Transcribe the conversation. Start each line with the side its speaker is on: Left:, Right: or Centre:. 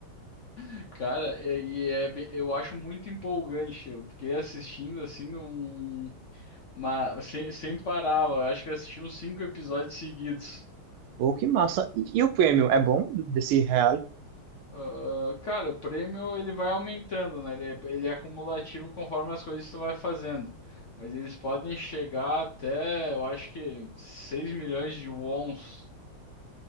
Left: <laughs> Cara, e e é, bem- eu acho muito empolgante. Eu fiquei assistindo assim num. Mas sem, sem parar, eu acho que eu assisti uns cinco episódios seguidos.
Right: Pô, que massa. E, e o prêmio é bom desse real?
Left: Ah, cara, o prêmio ele vai aumentando, né? Ele é, ele é acumulativo conforme as coisas que tu vai fazendo. Mas eles podem chegar até, eu acho que 6 milhões de wons.